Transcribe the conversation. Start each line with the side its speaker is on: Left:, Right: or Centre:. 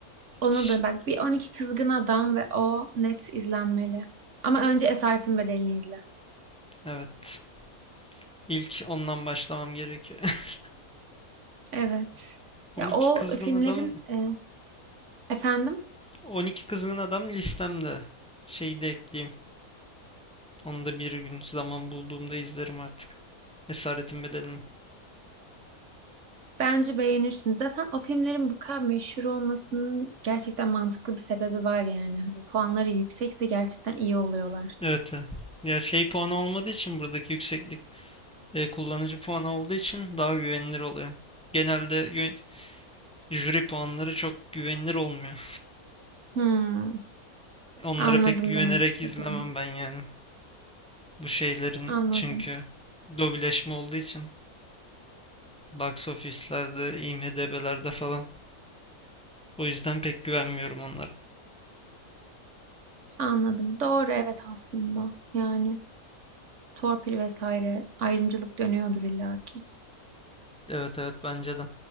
Centre: hiç
Right: Onu da bak bir 12 Kızgın Adam ve o net izlenmeli. Ama önce Esaretin Bedeli'ni izle.
Centre: evet. İlk ondan başlamam gerekiyor. <laughs>
Right: Evet.
Centre: 12
Right: Ya o
Centre: Kızgın
Right: filmlerin
Centre: Adam
Right: e, efendim
Centre: 12 Kızgın Adam listemde. Şeyi de ekleyeyim. Onu da bir gün zaman bulduğumda izlerim artık. Esaretin Bedeli'ni.
Right: bence beğenirsiniz. Zaten o filmlerin bu kadar meşhur olmasının gerçekten mantıklı bir sebebi var yani. Hani puanları yüksekse gerçekten iyi oluyorlar.
Centre: Evet. evet. Ya şey puanı olmadığı için buradaki yükseklik e, kullanıcı puanı olduğu için daha güvenilir oluyor. Genelde yö- jüri puanları çok güvenilir olmuyor.
Right: Hmm,
Centre: Onlara
Right: anladım
Centre: pek güvenerek
Right: demek istediğimi.
Centre: izlemem ben yani. Bu şeylerin
Right: Anladım.
Centre: çünkü lobileşme olduğu için box office'lerde, IMDb'lerde falan. O yüzden pek güvenmiyorum onlara.
Right: Anladım. Doğru evet aslında. Yani torpil vesaire ayrımcılık dönüyordur illaki.
Centre: Evet evet bence de.